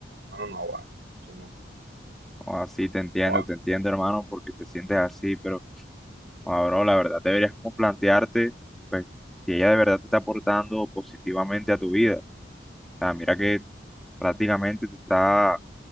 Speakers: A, on the right; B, in the centre.
A: No, hermano, no va. Sí, no,
B: Así te entiendo,
A: no va.
B: te entiendo, hermano, porque te sientes así, pero, ah, bro, la verdad deberías como plantearte, pues, si ella de verdad te está aportando positivamente a tu vida. O sea, mira que prácticamente te está